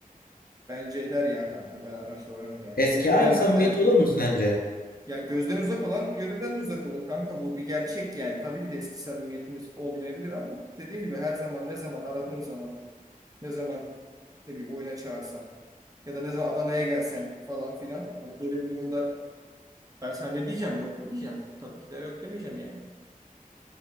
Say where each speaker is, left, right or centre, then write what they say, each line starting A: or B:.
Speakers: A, on the right; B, on the left.
A: Bence eder ya kanka. Ben araştırırım yani.
B: Eski
A: Seni
B: aynı
A: bilemem
B: samimiyet
A: de.
B: olur mu sence?
A: Ya gözden uzak olan gönülden de uzak olur kanka bu bir gerçek yani. Tabii ki de eski samimiyetimiz olmayabilir ama dediğim gibi her zaman ne zaman aradığın zaman ne zaman ne bileyim oyuna çağırsam ya da ne zaman Adana'ya gelsen falan filan. Hani böyle bir durumda ben sana ne diyeceğim yok mu diyeceğim. Tabii ki de yok demeyeceğim yani.